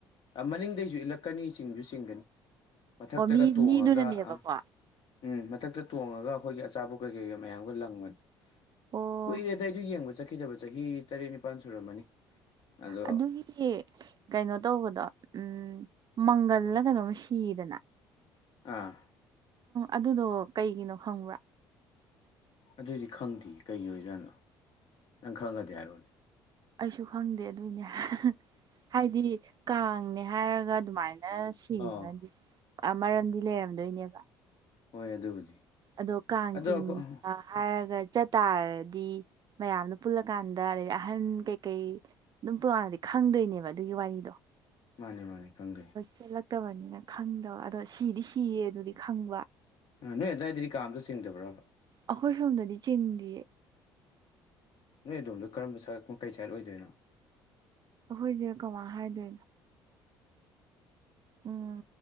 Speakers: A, on the left; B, on the right.
A: ꯃꯅꯤꯡꯗꯩꯁꯨ ꯏꯜꯂꯛꯀꯅꯤ ꯆꯤꯡꯁꯨ ꯆꯤꯡꯒꯅꯤ ꯃꯊꯛꯇꯒ
B: ꯑꯣ ꯃꯤ
A: ꯇꯣꯡꯉꯒ
B: ꯃꯤꯗꯨꯅꯅꯦꯕꯀꯣ
A: ꯑ ꯎꯝ ꯃꯊꯛꯇ ꯇꯣꯡꯉꯒ ꯑꯩꯈꯣꯏꯒꯤ ꯑꯆꯥꯄꯣꯠ ꯀꯩ ꯀꯩꯒ ꯃꯌꯥꯝꯒ ꯂꯪꯕꯅꯤ
B: ꯑꯣ
A: ꯀꯨꯏꯔꯦꯗ ꯑꯩꯗꯤ ꯌꯦꯡꯕ ꯆꯠꯈꯤꯗꯕ ꯆꯍꯤ ꯇꯔꯦꯠ ꯅꯤꯄꯥꯜ ꯁꯨꯔꯝꯃꯅꯤ ꯑꯗꯣ
B: ꯑꯗꯨꯒꯤ ꯀꯩꯅꯣ ꯇꯧꯕꯗꯣ ꯎꯝ ꯃꯪꯒꯜꯂ ꯀꯩꯅꯣꯝꯃ ꯁꯤꯗꯅ
A: ꯑꯥ
B: ꯑꯗꯨꯗꯣ ꯀꯩꯒꯤꯅꯣ ꯈꯪꯕ꯭ꯔꯥ
A: ꯑꯗꯨꯗꯤ ꯈꯪꯗꯦ ꯀꯩꯒꯤ ꯑꯣꯏꯖꯅꯣ ꯅꯪ ꯈꯪꯉꯗꯤ ꯍꯥꯏꯔꯣꯅꯦ
B: ꯑꯩꯁꯨ ꯈꯪꯗꯦ ꯑꯗꯨꯏꯅꯦ ꯍꯥꯏꯗꯤ ꯀꯥꯡꯅꯦ ꯍꯥꯏꯔꯒ ꯑꯗꯨꯃꯥꯏꯅ ꯊꯤꯔꯤꯅꯗꯤ
A: ꯑꯥ
B: ꯃꯔꯝꯗꯤ ꯂꯩꯔꯝꯗꯣꯏꯅꯦꯕ
A: ꯍꯣꯏ ꯑꯗꯨꯕꯨꯗꯤ
B: ꯑꯗꯣ ꯀꯥꯡꯆꯤꯡ
A: ꯑꯗꯣ ꯑꯩꯈꯣꯏ
B: ꯑꯥ ꯍꯥꯏꯔꯒ ꯆꯠ ꯇꯥꯔꯗꯤ ꯃꯌꯥꯝꯗꯨ ꯄꯨꯜꯂꯀꯥꯟꯗ ꯑꯗꯩꯗꯤ ꯑꯍꯟ ꯀꯩꯀꯩ <unintelligible> ꯈꯪꯗꯣꯏꯅꯦꯕ ꯑꯗꯨꯒꯤ ꯋꯥꯔꯤꯗꯣ
A: ꯃꯥꯅꯦ ꯃꯥꯅꯦ ꯈꯪꯗ꯭ꯔꯦ
B: ꯆꯠꯂꯛꯇꯕꯅꯤꯅ ꯈꯪꯗꯕ ꯑꯗꯣ ꯁꯤꯗꯤ ꯁꯤꯌꯦ ꯑꯗꯨꯗꯤ ꯈꯪꯕ
A: ꯑ ꯅꯣꯏ ꯑꯗꯥꯏꯗꯗꯤ ꯀꯥꯡ ꯑꯝꯇ ꯆꯤꯡꯗꯕ꯭ꯔꯕ
B: ꯑꯩꯈꯣꯏ ꯁꯣꯝꯗꯗꯤ ꯆꯤꯡꯗꯤꯌ‌ꯦ
A: ꯅꯣꯏ ꯑꯗꯣꯝꯗꯣ ꯀꯔꯝꯕ ꯁꯔꯛ ꯀꯩ ꯁꯥꯏꯠ ꯑꯣꯏꯗꯣꯏꯅꯣ
B: ꯑꯩꯈꯣꯏꯁꯦ ꯀꯃꯥꯏ ꯍꯥꯏꯗꯣꯏꯅꯣ ꯎꯝ